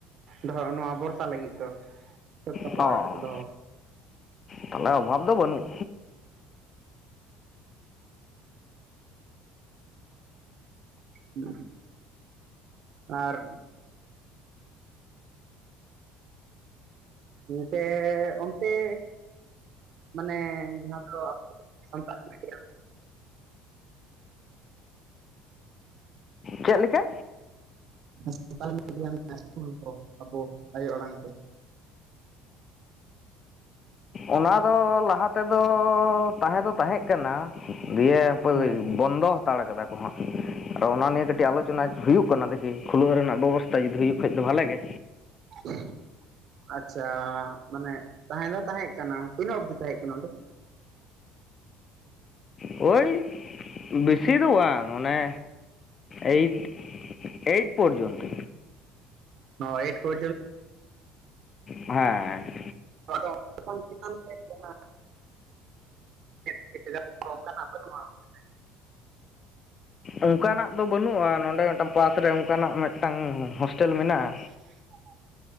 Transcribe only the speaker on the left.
ᱚ
ᱛᱟᱦᱚᱞᱮ ᱚᱵᱷᱟᱵ ᱫᱚ ᱵᱟᱹᱱᱩᱜ᱾
ᱪᱮᱫ ᱞᱮᱠᱟ?
ᱚᱱᱟ ᱫᱚ ᱞᱟᱦᱟ ᱛᱮᱫᱚ ᱛᱟᱦᱮᱸ ᱫᱚ ᱛᱟᱦᱮᱸᱠᱟᱱᱟ ᱫᱤᱭᱮ
ᱵᱚᱱᱫᱚ ᱦᱟᱛᱟᱲ ᱠᱟᱫᱟ ᱠᱚ ᱦᱟᱸᱜ᱾ ᱟᱨᱚ ᱚᱱᱟ ᱱᱤᱭᱮ ᱠᱟᱹᱴᱤᱡ ᱟᱞᱳᱪᱚᱱᱟ ᱦᱩᱭᱩᱜ ᱠᱟᱱᱟ ᱫᱠᱷᱤ ᱠᱷᱩᱞᱟᱹᱣ ᱨᱮᱱᱟᱜ ᱵᱮᱵᱚᱥᱛᱛᱟ ᱡᱩᱫᱤ ᱦᱩᱭᱩᱜ ᱠᱷᱟ ᱫᱚ ᱵᱷᱟᱞᱮ ᱜᱮ᱾
ᱳᱭ ᱵᱮᱥᱤ ᱫᱚ ᱵᱟᱝ ᱚᱱᱮ ᱮᱭᱤᱴ ᱮᱭᱤᱴ ᱯᱚᱨᱡᱚᱱᱛᱚ᱾
ᱦᱮᱸᱮ᱾
ᱚᱱᱠᱟᱱᱟᱜ ᱫᱚ ᱵᱟᱹᱱᱩᱜᱼᱟ ᱱᱚᱰᱮ ᱢᱤᱫᱴᱟᱝ ᱯᱟᱥ ᱨᱮ ᱚᱱᱠᱟᱱᱟᱜ ᱢᱤᱫᱴᱟᱝ ᱦᱳᱥᱴᱮᱞ ᱢᱮᱱᱟᱜᱼᱟ᱾